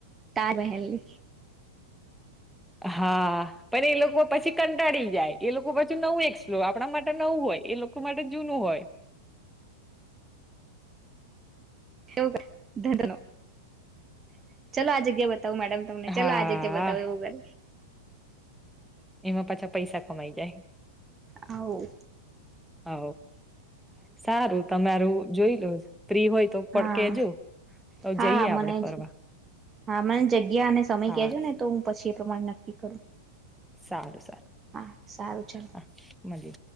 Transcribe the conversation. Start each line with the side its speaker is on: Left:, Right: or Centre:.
Right: તાર મહેલ ની.
Centre: હા પણ એ લોકો પછી કંટાળી જાય એ લોકો પાછું નવું એક્સપ્લો આપણા માટે નવું હોય એ લોકો માટે જૂનું હોય.
Right: <unintelligible> ચાલ આ જગ્યા. મેડમ તમને ચાલ
Centre: હા
Right: આ જગ્યા બતાવો એવું કર.
Centre: એમાં પાછા પૈસા કમાઈ જાય
Right: આવું
Centre: હ સારું તમારું જોઈ લો. ફ્રી હોય તો પણ
Right: હા
Centre: કેજો તો
Right: હા
Centre: જઈએ આપડે
Right: મને
Centre: ફરવા
Right: જ હા મને જગ્યા અને સમય
Centre: હાર
Right: કેજો ને તો હું પછી એ પ્રમાણે ન કી કરું.
Centre: સારું સારું.
Right: હા સારું ચાલ
Centre: હા મલીએ.